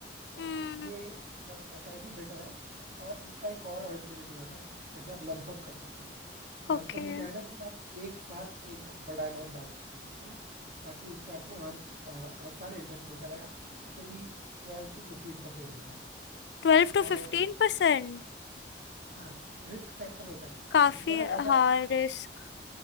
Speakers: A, on the right; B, on the left.
A: तो
B: हम्म
A: इसलिए मतलब एस आई पी बेटर है और इसका एक और अल्टरनेटिव आता है जैसे आप लमसम कर सकते हो लमसम
B: ओके
A: में क्या है ना कि आप एक साथ एक बड़ा अमाउंट डाल सकते हो बाकी उस पे आपको हर अ, हर साल इंटरेस्ट मिलता रहेगा उसमें भी ट्वेल्व टू फिफ्टीन परसेंट मिलता है
B: ट्वेल्व टू
A: और
B: फिफ्टीन परसेंट
A: हाँ रिस्क फैक्टर होता है
B: काफी
A: जितना ज्यादा
B: हाँ रिस्क